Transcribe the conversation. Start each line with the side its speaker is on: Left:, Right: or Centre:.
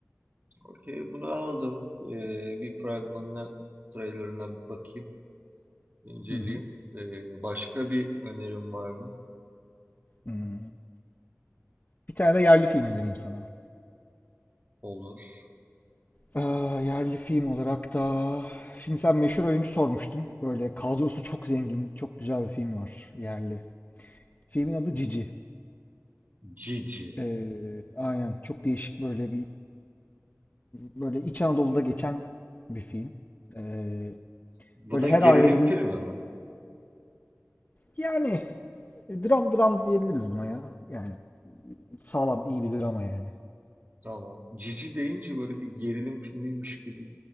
Right: Okey, bunu aldım. Ee, bir fragmanına, trailerına bakayım, inceleyeyim.
Left: Hı hı.
Right: Ee, başka bir önerim var mı?
Left: Hmm. Bir tane de yerli film önereyim sana.
Right: Olur.
Left: Aa, yerli film olarak da şimdi sen meşhur oyuncu sormuştun. Böyle kadrosu çok zengin, çok güzel bir film var yerli. Filmin adı Cici.
Right: Cici.
Left: Ee, aynen çok değişik böyle bir böyle İç Anadolu'da geçen bir film. Ee,
Right: Bu
Left: böyle
Right: da
Left: her
Right: gerilim
Left: ailenin
Right: filmi mi?
Left: yani dram dram diyebiliriz buna ya. Yani sağlam iyi bir drama yani.
Right: Tamam. Cici deyince böyle bir gerilim filmiymiş gibi